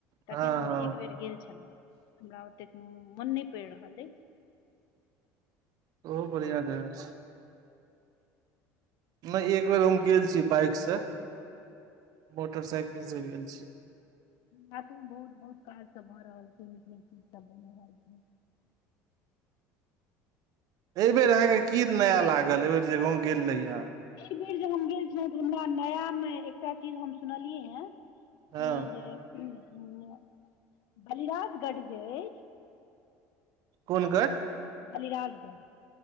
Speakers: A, on the right; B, on the left.
A: हँ
B: तखन हम
A: हँ
B: एक बेर गेल छलहुँ। हमरा ओतेक म-मन नहि पड़ि रहल अइछ।
A: खुब बढ़िआँ, दया से। नहि एक बेर हम गेल छी बाइक से। मोटरसाइकिल से गेल छी।
B: हाटो में बहुत-बहुत काज सब भऽ रहल छै। निक-निक चीज सब बनि रहल छै।
A: एहिबेेर अहाँके की नया लागल, एहिबेेर जे गाँव गेल रही अहाँ?
B: एहिबेर जे हम गेल छलहुँ तऽ हमरा नया मे एकटा चीज हम सुनलियै हें।
A: हँ
B: इ जे <unintelligible> बलिराजगढ़ जे अछि।
A: कोन गढ़?
B: बलिराजगढ़।